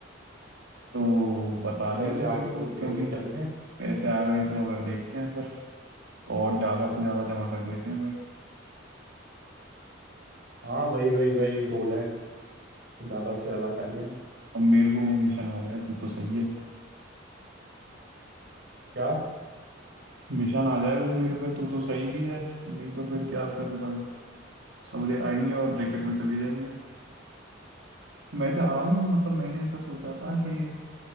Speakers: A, on the right (about 80°); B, on the right (about 55°).
A: तो बता
B: पैसे
A: दियो मेरे
B: आ गए
A: को
B: तो लेते
A: क्योंकि
B: चलेंगे
A: पैसे आ गए तो अगर देखते हैं फिर और ज्यादा से ज्यादा जमा कर लेते हैं अगर
B: हाँ वही वही वही गोल है ज्यादा से ज्यादा कर लें
A: अब मेरे को वो मिशन आ जाए तो तो सही है
B: क्या
A: मिशन आ जाए वो मेरे पे तो तो सही भी है नहीं तो फिर क्या फिर भाई सबरे आएंगे और रैकेट में चले जाएंगे मैं चाह रहा हूँ मतलब मैंने ऐसा सोचा था कि